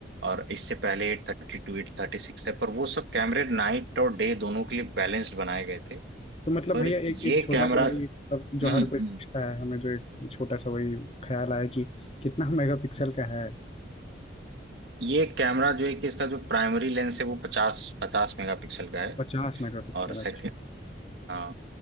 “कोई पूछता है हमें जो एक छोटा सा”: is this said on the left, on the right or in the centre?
Left